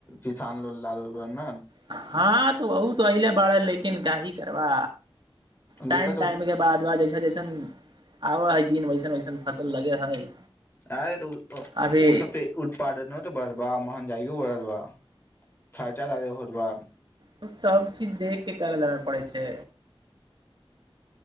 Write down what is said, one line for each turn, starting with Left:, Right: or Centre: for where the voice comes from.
Left: किसान ल लल ने
Right: हँ तऽ बहु तऽ अहिल बाल लेकिन काह जेकरबा टाइम
Left: देता
Right: टाइम
Left: तऽ
Right: के बाद बाद जैस जैसन आब हइ दिन वैसन वैसन फसल लगे हइ
Left: अर त
Right: अभी
Left: ओ सब पे उत्पादन तऽ बढ़बा महंगगाइो बढ़ आबा खर्चा दार हरबा
Right: त सब चीज देख के करय ल पड़ै छै